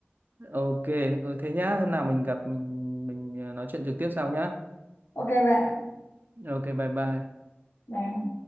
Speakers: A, on the right; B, on the left.
A: ok, ừ, thế nhá. Hôm nào mình gặp mình mình ờ, nói chuyện trực tiếp sau nhá.
B: ok bạn
A: Ok, bye bye.
B: Đấy.